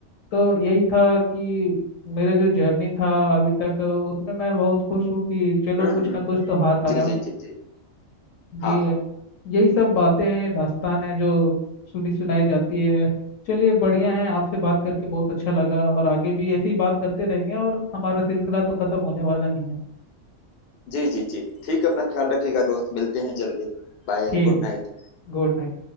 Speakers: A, on the left; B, on the left.
A: तो यही था कि मेरा जो जर्नी था अभी तक उसमें मैं बहुत खुश हूँ कि चलो
B: हम्म
A: कुछ
B: हम्म,
A: ना कुछ तो हाथ आया
B: जी जी जी जी
A: जी
B: हाँ
A: यही सब बातें हैं दास्तान है जो सुनी सुनाई जाती है चलिए बढ़िया है आपसे बात करके बहुत अच्छा लगा और आगे भी ऐसे ही बात करते रहेंगे और हमारा सिलसिला तो खत्म होने वाला नहीं है
B: जी जी जी ठीक है अपना ख्याल रखिएगा दोस्त मिलते हैं जल्दी बाय
A: ठीक
B: Good
A: है
B: night
A: Good night